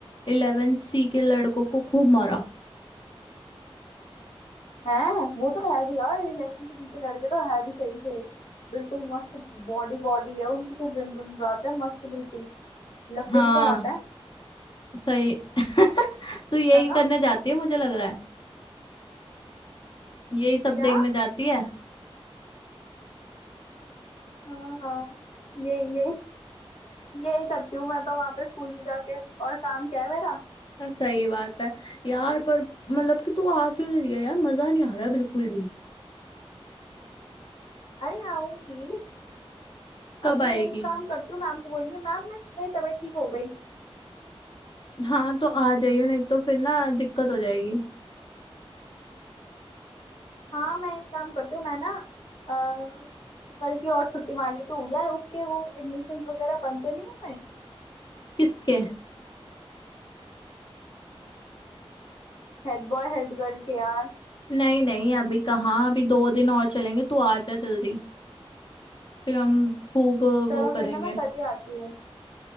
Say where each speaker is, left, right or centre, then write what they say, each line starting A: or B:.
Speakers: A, on the left; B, on the left.
A: इलेवेंथ सी के लड़कों को खूब मारा
B: है वो तो है भी यार इलेवेंथ बी के लड़के तो है भी सही से बिल्कुल मस्त बॉडी बॉडी है उनकी तो जिम जिम जाते हैं मस्त बिल्कुल लगते
A: हाँ
B: भी तो हॉट है
A: सही <laughs> तू यही
B: है ना
A: करने जाती है मुझे लग रहा है यही सब
B: क्या
A: देखने जाती है
B: हाँ हाँ ये ये यही करती हूँ मैं तो वहां पे स्कूल में जाके और काम क्या है मेरा
A: अ, सही बात है यार पर मतलब कि तू आ क्यों नहीं रही है यार मजा नहीं आ रहा है बिल्कुल भी
B: अरे आऊंगी
A: कब
B: अभी
A: आएगी
B: एक काम करती हूँ मैम को बोलूंगी मैम मैं मेरी तबीयत ठीक हो गई
A: हाँ तो आ जाइयो नहीं तो फिर ना दिक्कत हो जाएगी
B: हाँ मैं एक काम करती हूँ मैं ना अ, कल की और छुट्टी मार लेती हूँ यार उसके वो एडमिशन वगैरह बंद तो नहीं हुए
A: किसके
B: हेड बॉय हेड गर्ल के यार
A: नहीं नहीं अभी कहाँ अभी दो दिन और चलेंगे तू आ जा जल्दी फिर हम खूब
B: चलो
A: वो
B: फिर
A: करेंगे
B: ना मैं कल ही आती हूँ